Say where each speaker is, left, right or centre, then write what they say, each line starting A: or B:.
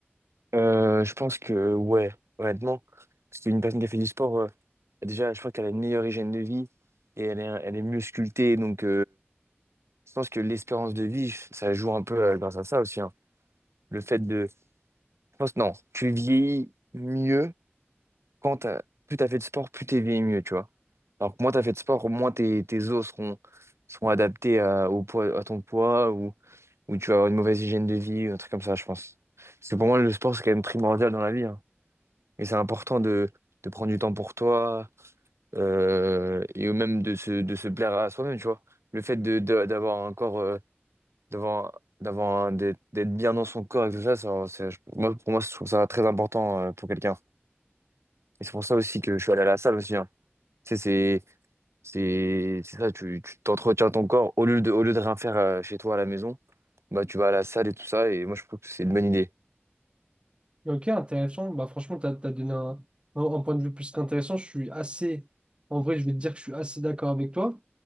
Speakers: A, on the right (about 85°); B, on the right (about 25°).
A: Euh, je pense que, ouais, honnêtement, parce qu'une personne qui a fait du sport, euh, déjà, je crois qu'elle a une meilleure hygiène de vie et elle est, elle est mieux sculptée, donc. Je pense que l'espérance de vie, ça joue un peu euh, grâce à ça aussi. hein. Le fait de. Je pense, non, tu vieillis mieux quand t'as... plus t'as fait de sport, plus t'es vieilli mieux, tu vois. Alors que moins t'as fait de sport, moins tes, tes os seront, seront adaptés à, au poids, à ton poids ou, ou tu vas avoir une mauvaise hygiène de vie, un truc comme ça, je pense. Parce que pour moi, le sport, c'est quand même primordial dans la vie. hein. Et c'est important de, de prendre du temps pour toi euh, et même de se, de se plaire à soi-même, tu vois. Le fait de, de- d'avoir un corps. euh, devant d'avoir d'être d'être bien dans son corps et tout ça, ça- c'est- je- moi, pour moi, je trouve ça très important euh, pour quelqu'un. Et c'est pour ça aussi que je suis allé à la salle aussi. hein. Tu sais, c'est c'est c'est ça, tu tu t'entretiens ton corps au lieu de au lieu de rien faire euh, chez toi à la maison, bah tu vas à la salle et tout ça. Et moi, je trouve que c'est une bonne idée.
B: Ok, intéressant. Bah, franchement, tu as, donné un, un- un point de vue plus qu'intéressant. Je suis assez, en vrai, je vais te dire que je suis assez d'accord avec toi.